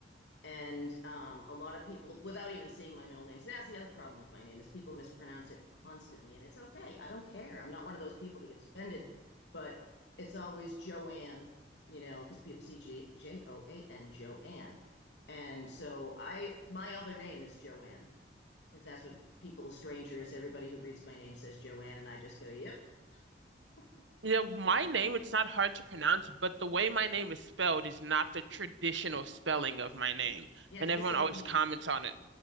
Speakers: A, on the left (about 75°); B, on the right (about 85°).
A: And um, a lot of people, without even seeing my middle name, so that's the other problem with my name is people mispronounce it constantly, and it's okay. I don't care. I'm not one of those people that gets offended, but it's always Joanne, you know, because people see J J O A N Joanne, and so I my other name is Joanne because that's what people, strangers, everybody who reads my name says Joanne, and I just go, yep, <laughs>
B: You know, my name, it's not hard to pronounce, but the way my name is spelled is not the traditional spelling of my name.
A: Yeah,
B: And
A: it's
B: everyone
A: missing
B: always
A: an E.
B: comments on it.